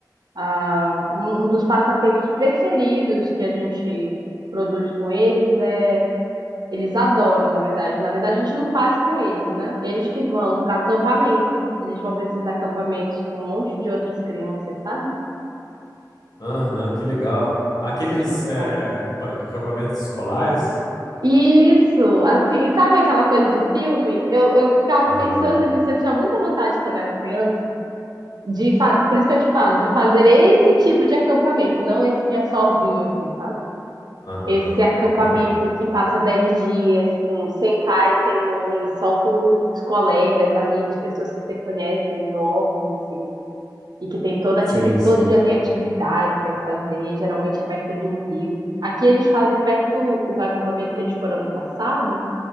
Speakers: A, on the right (about 65°); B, on the left (about 60°).
A: Ah, um um dos passatempos preferidos que a gente produz com eles é. Eles adoram, na verdade. Na verdade, a gente não faz com eles, né? Eles que vão para acampamento. Eles vão para esses acampamentos com um monte de outras crianças, sabe?
B: Aham, que legal. Aqueles
A: Eles
B: é,
A: pa-
B: pa- acampamentos escolares?
A: Isso, assim, sabe aquela coisa de filme? Eu, eu ficava
B: Aham,
A: pensando nisso, eu tinha muita vontade quando era criança, de fa- por isso que eu te falo, de fazer esse tipo de acampamento, não esse que é sozinho, assim, sabe?
B: aham,
A: Esse acampamento
B: aham.
A: que passa 10 dias com sem pai, sem mãe, só com os colegas, amigos, pessoas que você conhece, novos, assim. E que tem toda atividade,
B: Sim, sim.
A: todo dia tem atividade para fazer, geralmente é perto de um rio. Aqui eles fazem perto, o acampamento que eles foram ano passado